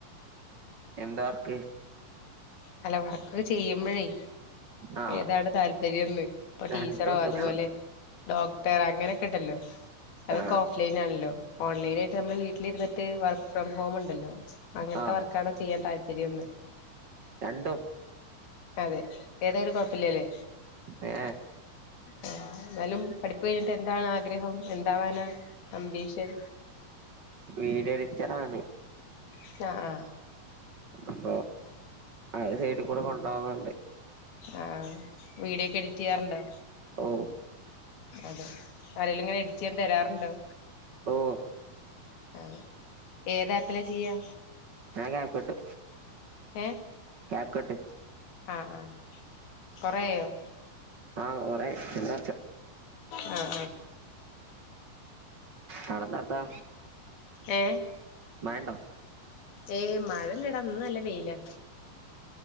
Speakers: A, on the right; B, on the left.
A: എന്താ വർക്ക്
B: പലവർക്ക് ചെയ്യുമ്പോഴേ
A: ആ
B: ഏതാണ് താല്പര്യംന്ന് ഇപ്പൊ ടീച്ചറോ
A: രണ്ടും
B: അതുപോലെ
A: സുഖം
B: ഡോക്ടർ അങ്ങനെ കേട്ടല്ലോ അതൊക്കെ
A: ആ
B: ഓഫ്ലൈൻ ആണല്ലോ ഓൺലൈനായിട്ട് നമ്മൾ വീട്ടിലിരുന്നിട്ട് വർക്ക് ഫ്രം ഹോം ഉണ്ടല്ലോ അങ്ങനത്തെ
A: ആ
B: വർക്കാണോ ചെയ്യാൻ താല്പര്യംൊന്ന്
A: രണ്ടും
B: അതെ ഏതരു കൊഴപ്പില്ലല്ലേ
A: ഏ,
B: ആ എന്നാലും പഠിപ്പ കഴിഞ്ഞിട്ട് എന്താണ് ആഗ്രഹം എന്താവാാനാ അമ്പീഷൻ
A: വീട്ടിച്ചറാണ്
B: ആഹ ആഹ
A: അഫ ആത് സൈഡിൽ കൂടെ കൊണ്ട പോോകുന്നുണ്ട്
B: ആഹ വീടിയോ ഒക്കെ എഡിറ്റ് ചെയ്യാറുണ്ടോ
A: ഓ
B: അതെ ആരെിലും ഇങ്ങനെ എഡറ്റ് ചെയ്യാൻ തരാറുണ്ടോ
A: ഓ
B: ആഹ ഏതാപ്പില ചെയ്യ
A: നാൻ ക്യാപ്ക്കട്ട്
B: ഏ
A: ക്യാപ്കട്ട്
B: ആ ആ കൊറേയ്യോ
A: ആഹ് കെറേയി എന്താർച്ചോ
B: ആ ആ
A: നടന്ന അർത്താ
B: ഏ
A: മ്യാണ്ടം
B: ഏയ് മഴ ഇല്ലാടാ ഇന്ന് നല്ല വെയിലാ